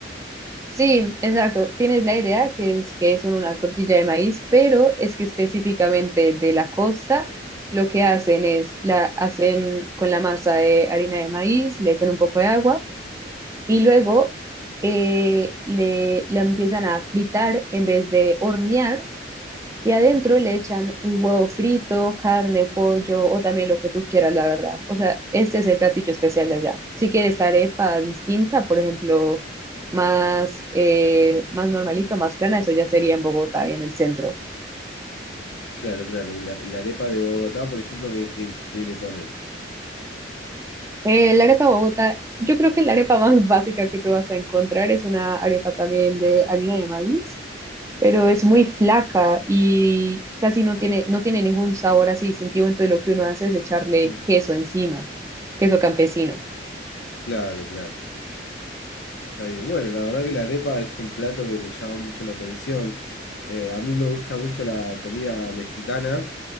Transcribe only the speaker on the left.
Claro, claro. Y la, y la arepa de Bogotá, por ejemplo, que, que- que le ponen.
Mm,
claro, claro. Está bien. Bueno, la verdad que la arepa es un plato que me llama mucho la atención. Eh, a mí me gusta mucho la comida mexicana,